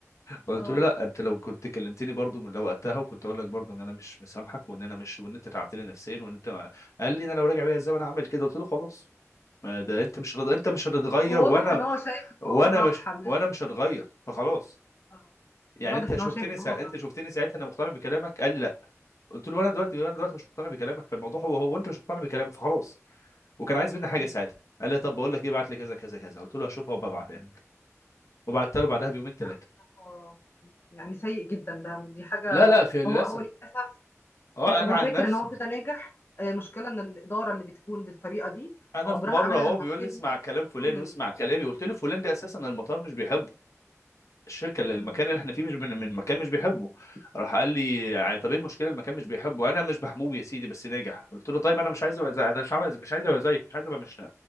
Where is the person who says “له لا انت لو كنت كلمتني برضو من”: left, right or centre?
Left